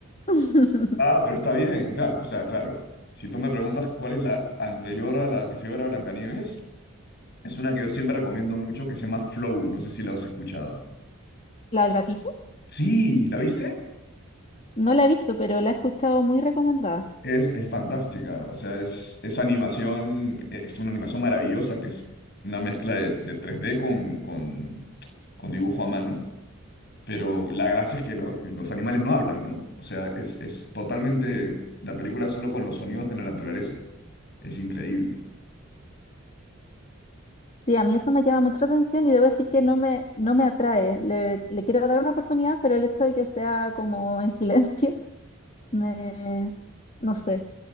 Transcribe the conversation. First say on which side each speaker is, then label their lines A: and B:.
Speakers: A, on the left; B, on the left.
A: <laughs>
B: Ah, pero está bien, claro, o sea, claro. Si tú me preguntas cuál es la anterior a la que fui a ver a Blancanieves, es una que yo siempre recomiendo mucho que se llama Flow, no sé si la has escuchado.
A: ¿La del gatito?
B: Sí, ¿la viste?
A: No la he visto, pero la he escuchado muy recomendada.
B: Es, es fantástica, o sea, es, es animación, e, es una animación maravillosa que es una mezcla de, de tres d con, con, con dibujo a mano, pero la gracia es que lo- los animales no hablan, ¿no? O sea, es, es totalmente la película solo con los sonidos de la naturaleza. Es increíble.
A: Sí, a mí eso me llama mucha atención y debo decir que no me, no me atrae. Le, le quiero dar una oportunidad, pero el hecho de que sea como en silencio, <laughs> me, no sé.